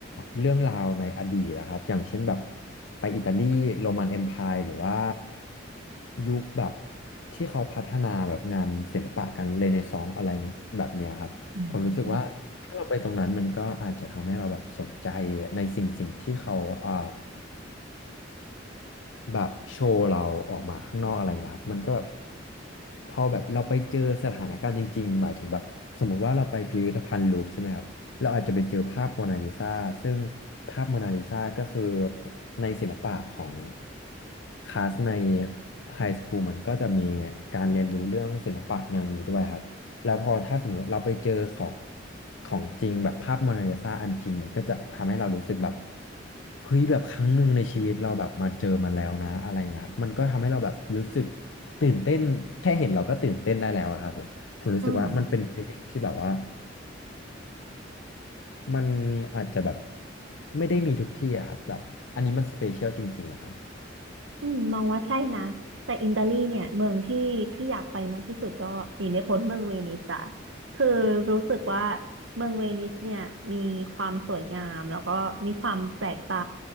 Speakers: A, on the left (about 80°); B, on the right (about 85°).
A: เรื่องราวในอดีตนะครับอย่างเช่นแบบไปอิตาลีโรมันเอ็มไพร์หรือว่ายุคแบบที่เขาพัฒนาแบบงานศิลปะกันเรเนซองส์อะไรแบบเนี้ยครับผมรู้สึกว่าถ้าเราไปตรงนั้นมันก็อาจจะทำให้เราแบบสนใจในสิ่งสิ่งที่เขาอ่า
B: อืม
A: แบบโชว์เราออกมาข้างนอกอะไรเงี้ยครับมันก็แบบพอแบบเราไปเจอสถานการณ์จริงๆหมายถึงแบบสมมุติว่าเราไปพิพิธภัณฑ์ลูฟร์ใช่ไหมครับเราอาจจะไปเจอภาพโมนาลิซาซึ่งภาพโมนาลิซาก็คือในศิลปะของคลาสในไฮสคูลมันก็จะมีการเรียนรู้เรื่องศิลปะแนวนี้ด้วยครับ แล้วพอถ้าสมมติเราไปเจอของของจริงแบบภาพโมนาลิซาอันจริงมันก็จะทำให้เรารู้สึกแบบเฮ้ยแบบครั้งหนึ่งในชีวิตเราแบบมาเจอมันแล้วนะอะไรอย่างเงี้ยครับมันก็ทำให้เราแบบรู้สึกตื่นเต้นแค่เห็นเราก็ตื่นเต้นได้แล้วอะครับผมผมรู้สึกว่ามันเป็น
B: อืม
A: feeling ที่แบบว่ามันอาจจะแบบไม่ได้มีทุกที่อะครับแบบอันนี้มันสเปเชียลจริงๆอะครับ
B: อืมมองว่าใช่นะแต่อิตาลีเนี่ยเมืองที่พี่อยากไปมากที่สุดก็หนีไม่พ้นเมืองเวนิสอะคือรู้สึกว่าเมืองเวนิสเนี่ยมีความสวยงามแล้วก็มีความแปลกตา